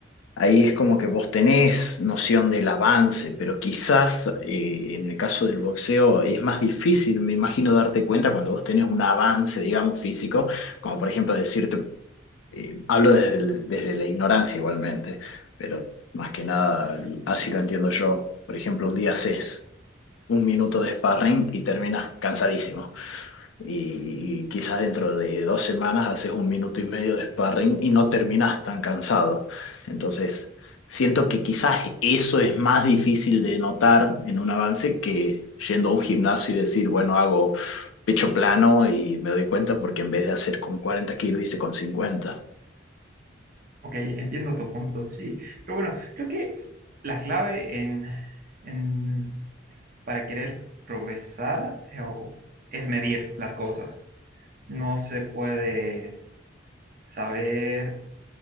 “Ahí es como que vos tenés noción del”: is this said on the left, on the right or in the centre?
Left